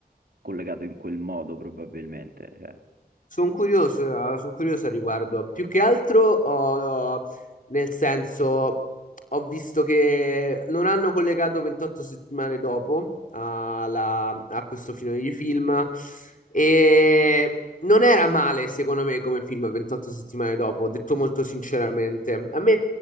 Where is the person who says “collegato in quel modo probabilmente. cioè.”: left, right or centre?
Right